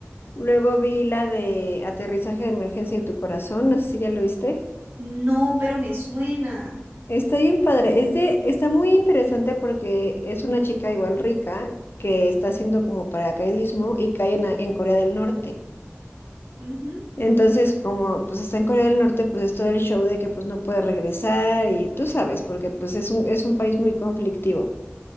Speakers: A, on the left; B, on the right.
A: Luego vi la de Aterrizaje de Emergencia en tu Corazón. No sé si ya lo viste.
B: No, pero me suena.
A: Está bien padre. Es de, está muy interesante porque es una chica igual rica que está haciendo como paracaidismo y cae en, en Corea del Norte.
B: Ujú.
A: Entonces, como pues está en Corea del Norte, pues es todo el show de que pues no puede regresar y tú sabes, porque pues es un, es un país muy conflictivo.